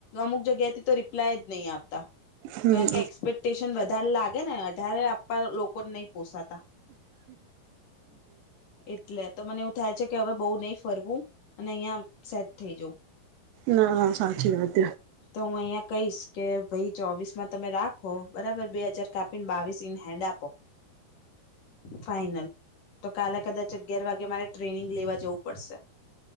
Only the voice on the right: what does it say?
હમ
ના ના સાચી વાત